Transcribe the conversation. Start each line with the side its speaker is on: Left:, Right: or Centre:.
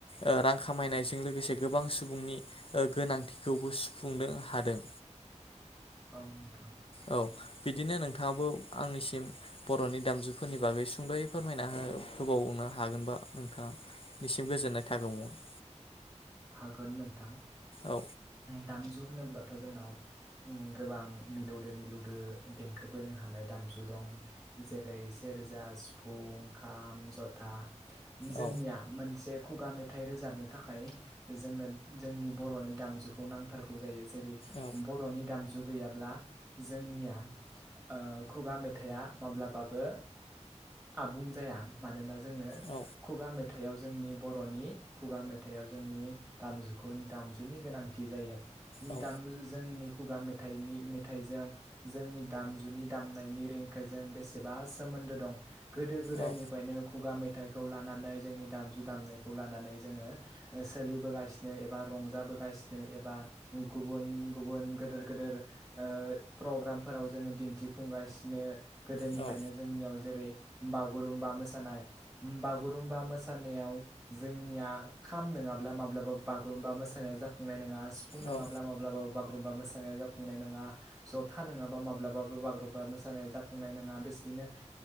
Left: ओ रां खामायनायजों लोगोसे गोबां सुबुंनि ओ गोनांथिखौबो सुफुंनो हादों।
Centre: औ नोंथां।
Left: औ बिदिनो नोंथाङाबो आंनिसिम बर'नि दामजुफोरनि बागै सुंदयै फोरमायना हो होबावनो हागोनबा नोंथांनिसिम गोजोननाय थागौमोन।
Centre: हागोन नोंथां
Left: औ
Centre: दामजु होनोब्लाथ' जोंनाव होम गोबां मिलौदो मिलौदो देंखो बोनो हानाय दामजु दं जेरै सेरजा सिफुं खाम जथा। जोंनिया
Left: औ
Centre: मोनसे खुगा मेथाइ रोजाबनो थाखाय जोंनो जोंनि बर'नि दामजुखौ नांथारगौ जायो। जेरै
Left: औ
Centre: बर'नि दामजु गैयाब्ला जोंनिया ओ खुगा मेथाइआ माब्लाबाबो आबुं जाया मानोना जों जोंनो
Left: औ
Centre: खुगा मेथाइयाव जो जोंनि बर'नि खुगा मेथाइयाव जोंनि दामजुखौ दामजुनि गोनांथि जायो।
Left: औ
Centre: दामजु जोंनि खुगा मेथाइनि मेथाइजों जोंनि दामजुनि दामनायनि देंखोजों बेसेबा सोमोन्दो दं। गोदो गोदायनिफ्रायनो
Left: औ
Centre: खुगा मेथाइ खौ लानानै जोंनि दामजु दामनायखौ लानानै जोंङो सोलिबोगासिनो एबा रंजाबोगासिनो एबा गुबुन गुबुन गोदोर गोदोर ओ प्रग्रामफोराव जोंङो दिन्थिफुंगासिनो। गोदोनिफ्रायनो
Left: औ
Centre: जोंनियाव जेरै बागुरुम्बा मोसानाय बागुरुम्बा मोसानायाव जोंनिया खाम नोंङाबा माब्लाबा माब्लााबा बागुरुम्बा मोसानाया जाफुंनाय नोंङा आरो। सिफुं नङाब्ला
Left: औ
Centre: माब्लाबाबो बागुरुम्बा मोसानाय जाफुंनाय नङा ज'था नोंङाब्ला माब्लाबाबो बागुरुम्बा मोसानाया जाफुंनाय नोङा बिदिनो